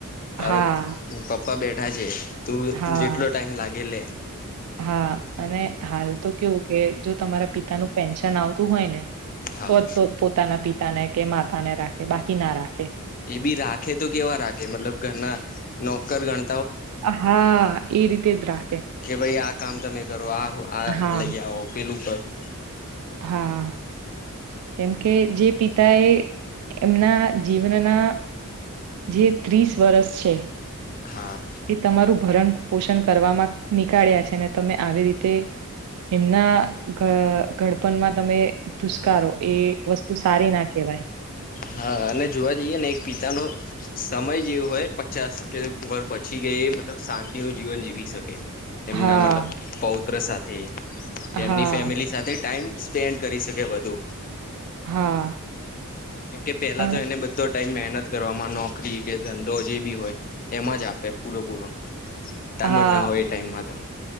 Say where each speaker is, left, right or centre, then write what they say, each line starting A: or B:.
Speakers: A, on the left; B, on the right.
A: તારો
B: હા
A: પપ્પા બેઠા છે તું
B: હા
A: જેટલો ટાઈમ લાગે લે.
B: હા અને હાલ તો કેવું કે જો તમારા પિતા નું પેન્શન આવતું હોય ને
A: હા
B: તો જ તો પોતાના પિતાને કે માતા ને રાખે બાકી ના રાખે.
A: એ બી રાખે તો કેવા રાખે મતલબ ઘરના નોકર ગણ
B: હા ઈ રીતે જ રા
A: કે ભાઈ આ કામ તમે કરો આ આ
B: હા
A: લઈ આવો પેલું કરો.
B: હા કેમ કે જે પિતા એ એમના જીવનના જે ત્રીસ વર્ષ છે.
A: હા
B: એ તમારું ભરણ, પોષણ કરવામાં નીકાળ્યા છે ને તમે આવી રી તે એમના ઘ ધડપણમાં તમે ધુષ્કારો એ વસ્તુ સારી ના કેવાય.
A: હા અને જોવા જઈએ ને એક પિતાનો સમય જેવું હોય પચાસ કે વર પછી કે એ મતલબ શાંતિ નું જીવન જીવી શકે. એમના
B: હા,
A: મતલબ પૌત્ર સાથે, કે
B: હા,
A: એમની ફેમિલી સાથે ટાઈમ સ્પેન્ડ કરી શકે વધુ
B: હા.
A: કેમ કે પેલા
B: પણ
A: તો એને બધો ટાઈમ મહેનત કરવામાં નોકરી, કે ધંધો જે બી હોય. એમાં જ આપે પૂરેપૂરો ટાઈમ
B: હા,
A: જ ના હોય એ ટાઈમમાં તો.